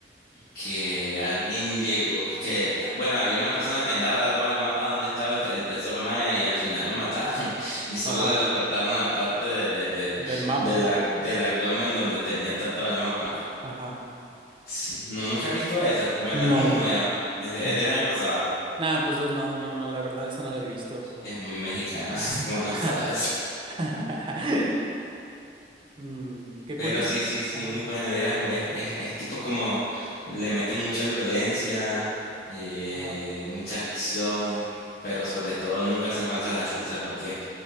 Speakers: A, on the left; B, on the right.
A: que alguien llegó, que, bueno, había una persona que andaba tatuada el mapa donde estaba el, el tesoro maya y al final lo mataron <laughs> y solo
B: Ajá.
A: le recortaron la parte de, de, de,
B: Del mapa.
A: de la, del abdomen donde tenía tatuado el mapa.
B: Ajá.
A: Sí. No, nunca he visto esa. Bueno,
B: No.
A: es muy nueva. Es, es
B: Mm.
A: del año pasado.
B: Nah, pues dos, no, no, no. La verdad, esa no la he visto.
A: Es muy mexicana, <laughs> como no
B: <laughs> Ajá.
A: sabes.
B: <laughs> Mm, qué
A: Pero
B: curioso.
A: sí, sí, sí,
B: Ajá.
A: muy buena. vieras, Es, es- es tipo como le meten mucha violencia, eh,
B: Ajá.
A: mucha acción, pero sobre todo nunca hacen falta las risas porque